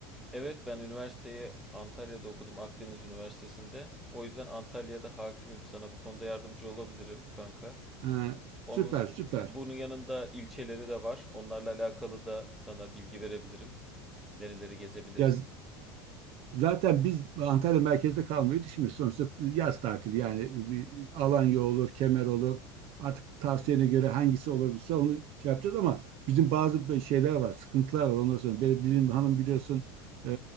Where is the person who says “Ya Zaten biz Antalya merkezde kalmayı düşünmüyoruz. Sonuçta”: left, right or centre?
Right